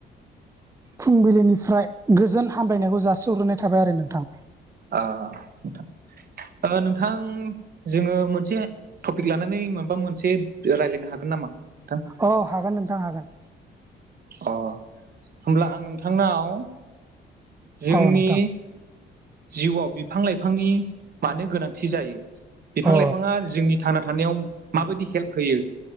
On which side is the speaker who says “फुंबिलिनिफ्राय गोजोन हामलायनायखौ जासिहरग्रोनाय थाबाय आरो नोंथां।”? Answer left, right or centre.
Right